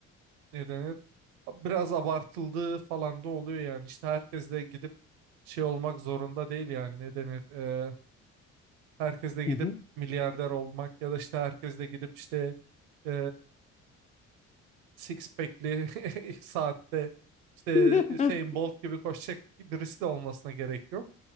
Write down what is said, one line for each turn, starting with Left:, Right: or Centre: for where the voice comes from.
Right: e, ne denir biraz abartıldığı falan da oluyor yani işte herkes de gidip şey olmak zorunda değil yani ne denir e, herkes de gidip
Left: Hı hı.
Right: milyarder olmak ya da işte herkes de gidip işte e, six pack'li <laughs> saatte işte
Left: <laughs>
Right: Usain Bolt gibi koşacak birisi de olmasına gerek yok.